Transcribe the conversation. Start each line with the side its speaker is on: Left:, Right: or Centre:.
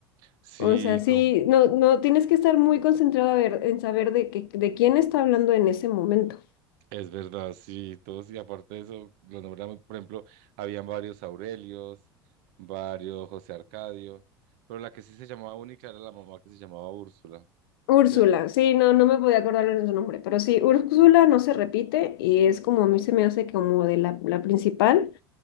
Right: Sí,
Left: O sea, sí,
Right: con-
Left: no, no, tienes que estar muy concentrado a ver, en saber de, que, de quién está hablando en ese momento.
Right: es verdad, sí, todos, y aparte de eso, los nombramos, por ejemplo, habían varios Aurelios, varios José Arcadio, pero la que sí se llamaba única era la mamá que se llamaba Úrsula,
Left: Úrsula,
Right: ¿cierto?
Left: sí, no, no me podía acordar de su nombre, pero sí, Úrsula no se repite y es como a mí se me hace como de la, la principal.